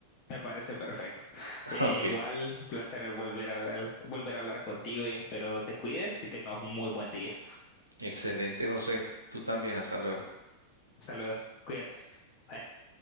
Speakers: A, on the left; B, on the right.
A: me parece perfecto.
B: <laughs>
A: Eh,
B: Ok,
A: igual, un placer volver a ver- volver a hablar contigo y espero te cuides y tengas un muy buen día.
B: excelente, José. Tú también, hasta luego.
A: Hasta luego, cuídate. Bye.